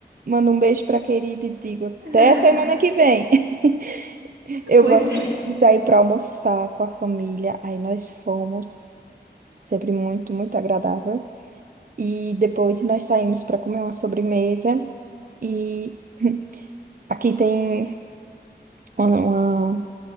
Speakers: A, on the right; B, on the right.
A: Mando um beijo pra querida e digo até
B: <laughs>
A: semana que vem. <laughs> Eu
B: Pois
A: gosto
B: é.
A: de sair pra almoçar com a família. Aí nós fomos, sempre muito, muito agradável. E depois nós saímos pra comer uma sobremesa. E <clears throat> aqui tem uma, uma,